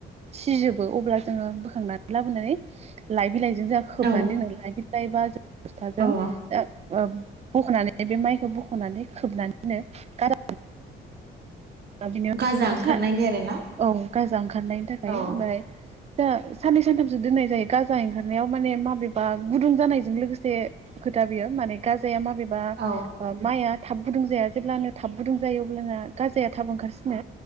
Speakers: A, on the right (about 35°); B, on the right (about 55°).
A: सिजोबो अब्ला जोंङो बोखांनानै लाबोनानै लाइ बिलाइ जा खोबनानै
B: औ
A: दोननो लाय बि लायबा जों बस्थाजों
B: अ
A: जा ओ बख'नानै बे माइखौ बख'नानै खोबनानैनो गारा बिनि औ
B: गाजा
A: गाजा
B: ओंखारनायनि आरो ना
A: ओंखारनायनि थाखाय
B: औ
A: ओमफ्राय जों साननै सानथामसो दोननाय जायो गाजा ओंखारनायाव माने माबेबा गुदुं जानायजों लोगोसे से खोथा बियो माने गाजाया माबेबा
B: औ
A: माइआ थाब गुदुं जाया जेब्लानो थाब गुदुं जायो अब्लाना गाजाया थाब ओंखारसिनो